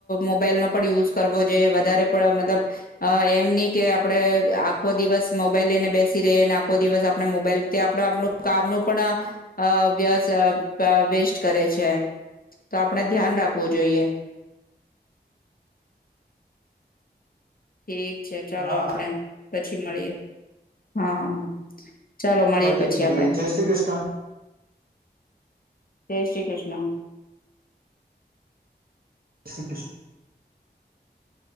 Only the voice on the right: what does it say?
હા
મળીએ
મળીએ
જય શ્રી કૃષ્ણ.
<inaudible>